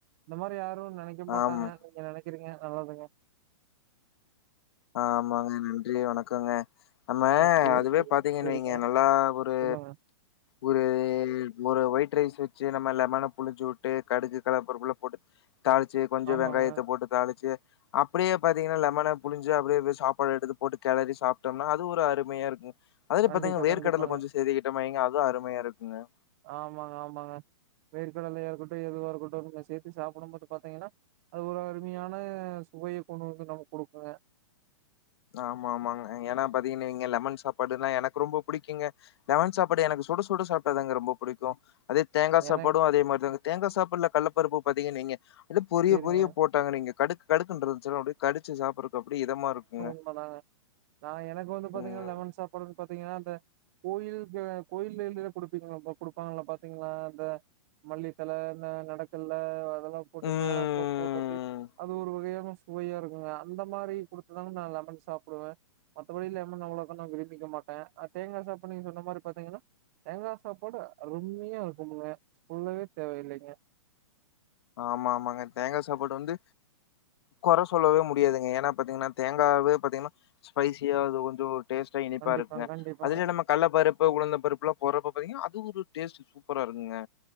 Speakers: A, on the right; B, on the left.
A: இந்த மாரி யாரும் நனைக்க மாட்டாங்க
B: ஆமா,
A: நீங்க நனைக்கிறீங்க நல்லதுங்க
B: ஆமாங்க நன்றி வணக்கோங்க நம்ம
A: ஆ சேரி
B: அதுவே
A: சேரிங்க
B: பாத்தீங்கன்னு
A: சேரிங்க
B: வைங்க நல்லா ஒரு
A: சொல்லுங்க
B: ஒரு ஒரு ஒயிட் ரைஸ் வச்சு நம்ம லெமனா புழுஞ்சு உட்டு கடுகு கள்ளபருப்புலா போட்டு தாளிச்சு கொஞ்சோ
A: ஆமாங்க
B: வெங்காயத்த போட்டு தாளிச்சு அப்படியே பாத்தீங்கன்னா லெமன புழிஞ்சு அப்படியே சாப்பாடு எடுத்து போட்டு கெளறி சாப்பிட்டோம்னா அது ஒரு அருமையா இருக்கு அதுல
A: கண்டிப்பா
B: பாத்தீங்க வேர்க
A: கண்டிப்பாங்க
B: கடல கொஞ்ச சேர்த்துக்கிட்டேனா அது அருமையா இருக்குங்க
A: ஆமாங்க ஆமாங்க வேர்க்கடலயா இருக்கட்டு எதுவா இருக்கட்டு நீங்க சேத்து சாப்பிடும்போது பாத்தீங்கன்னா அது ஒரு அருமையான சுவைய கொண்டு வந்து நமக்கு கொடுக்குங்க
B: ஆமா ஆமாங்க ஏன்னா பாத்தீங்கன்னங்க வைங்க லெமன் சாப்பாடுனா எனக்கு ரொம்ப பிடிக்குங்க லெமன் சாப்பாடு எனக்கு சுட சுட சாப்ட்டாதாங்க ரொம்ப பிடிக்கு அதே தேங்காய்
A: ஏன்னா
B: சாப்பாடுஜஅதே மாரிதாங்க தேங்காய் சாப்பாடுல கள்ளப்பருப்பு பாத்தீங்க வைங்க அப்டே பொரிய
A: சேரிங்க
B: பொரிய போ <unintelligible> கடுக்கு கடுக்கு இருந்துச்சுன்னா அப்டே கடிச்சு சாப்பற்கு அப்டியே இதம்மா இருக்குங்க
A: உண்ம தாங்க நா எனக்கு வந்து பாத்தீங்கன்னா
B: ம்.
A: லெமன் சாப்பாடுன்னு பாத்தீங்கன்னா அந்த கோயிலுக்கு கோயில் எத குடுப்பீங்கள குடுப்பாங்கல்ல பாத்தீங்களா இந்த மல்லித்தல இந்த நடக்கல்ல அதெல்லாம் போட்டு
B: ம்.
A: மேலேப்புல போட்டு அப்டே அது ஒரு வகையான சுவையா இருக்குங்க அந்த மாரி குடுத்துதாங்க நா லெமன் சாப்பிடுவ மத்தபடி லெமன் நா அவ்ளோக்கா நா விரும்பிக்க மாட்ட அ தேங்கா சாப்பாடு நீங்க சொன்ன மாரி பாத்தீங்கன்னா தேங்காய் சாப்பாடு அருமையா இருக்குனுங்க சொல்லவே தேவையில்லைங்க
B: ஆமா ஆமாங்க தேங்காய் சாப்பாடு வந்து கொற சொல்லவே முடியாதுங்க ஏன்னா பாத்தீங்கன்னா தேங்காவே பாத்தீங்கன்னா ஸ்பைசியா அது கொஞ்சோ டேஸ்ட்டா இனிப்பா
A: கண்டிப்பாங்க
B: இருக்குங்க
A: கண்டிப்பாங்க
B: அதிலேயே நம்ம கள்ள பருப்பு உளுந்தம் பருப்புல்லா போறப்ப பாத்தீங்கன்னா அது ஒரு டேஸ்ட்டு சூப்பரா இருக்குங்க